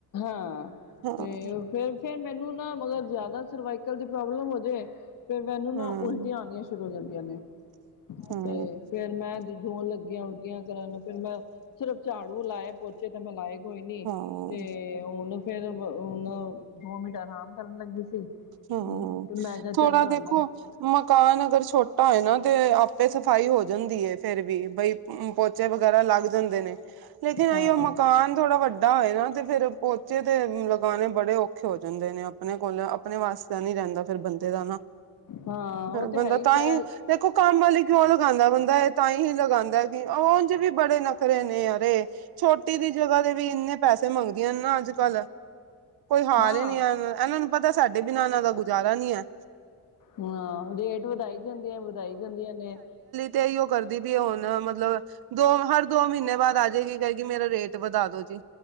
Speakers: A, on the left; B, on the right.
A: ਹਾਂ
B: ਹਾਂ
A: ਤੇ ਫੇਰ- ਫੇਰ ਮੈਨੂੰ ਨਾ ਮਗਰ ਜਿਆਦਾ ਸਰਵਾਈਕਲ ਦੀ ਪ੍ਰੋਬਲਮ ਹੋਜੇ। ਤੇ ਮੈਨੂੰ ਨਾ
B: ਹੂੰ,
A: ਉਲਟੀਆਂ ਆਣੀਆਂ ਸ਼ੁਰੂ ਹੋ ਜਾਂਦੀਆਂ ਨੇ।
B: ਹੂੰ,
A: ਤੇ ਫੇਰ ਮੈਂ ਜੋਣ ਲੱਗੀਆਂ ਉਲਟੀਆਂ ਕਰਨ ਫੇਰ ਮੈਂ। ਸਿਰਫ਼ ਝਾੜੂ ਲਾਏ ਪੋਚੇ ਤੇ ਮੈਂ ਲਾਏ ਕੋਈ ਨੀ
B: ਹਾਂ,
A: ਤੇ। ਤੇ ਹੁਣ ਫੇਰ ਹੁਣ ਦੋ ਮਿੰਟ ਅਰਾਮ ਕਰਨ ਲੱਗੀ ਸੀ।
B: ਹਮ
A: ਤੇ ਮੈਂ ਕਿਹਾ ਚੱਲ
B: ਥੋੜਾ
A: ਤੁਹਾਡੇ
B: ਦੇਖੋ।
A: ਨਾਲ
B: ਮਕਾਨ ਅਗਰ ਛੋਟਾ ਹੋਏ ਨਾ ਤੇ ਆਪੇ ਸਫ਼ਾਈ ਹੋ ਜਾਂਦੀ ਹੈ ਫੇਰ ਵੀ ਬਈ। ਪੋਚੇ ਵਗੈਰਾ ਲੱਗ ਜਾਂਦੇ ਨੇ। ਲੇਕਿਨ
A: ਹਾਂ
B: ਏਇਉ ਮਕਾਨ ਥੋੜਾ ਵੱਡਾ ਹੋਏ ਨਾ ਤੇ ਫੇਰ ਪੋਚੇ ਤੇ ਲਗਾਣੇ ਬੜੇ ਔਖੇ ਹੋ ਜਾਂਦੇ ਨੇ। ਆਪਣੇ ਕੋਲ ਆਪਣੇ ਵਾਸਤੇ ਨੀ ਰਹਿੰਦਾ ਫਿਰ ਬੰਦੇ ਦਾ ਨਾ
A: ਹਾਂ ਉਹ ਤੇ
B: ਬੰਦਾ
A: ਹੈ
B: ਤਾਂ
A: ਫ
B: ਹੀ। ਦੇਖੋ ਕੰਮ ਵਾਲੀ ਕਿਉਂ ਲਗਾਦੈ ਬੰਦਾ ਇਹ ਤਾਂ ਹੀ ਲਗਾਦੈ ਉਝ ਵੀ ਬੜੇ ਨਖਰੇ ਨੇ ਅਰੇ। ਛੋਟੀ ਦੀ ਜਗ੍ਹਾ ਤੇ ਵੀ ਇੰਨੇ ਪੈਸੇ ਮੰਗਦੀਆਂ ਨੇ ਨਾ ਅੱਜ ਕੱਲ੍ਹ। ਕੋਈ ਹਾਲ
A: ਹਾਂ
B: ਈ ਨੀ ਹੈ ਐਨਾਂ ਨੂੰ ਪਤਾ ਸਾਡੇ ਬਿਨਾਂ ਇਹਨਾਂ ਦਾ ਗੁਜ਼ਾਰਾ ਨੀ ਹੈ।
A: ਹਾਂ, ਰੇਟ ਵਧਾਈ ਜਾਂਦੀਆਂ, ਵਧਾਈ ਜਾਂਦੀਆਂ ਨੇ।
B: ਕਈ ਉਹ ਕਰਦੀ ਵੀ ਹੁਣ ਮਤਲਬ ਦੋ ਹਰ ਦੋ ਮਹੀਨੇ ਬਾਅਦ ਆ ਜਾਏਗੀ, ਕਹਿਗੀ ਮੇਰਾ ਰੇਟ ਵਧਾ ਦੋ ਜੀ।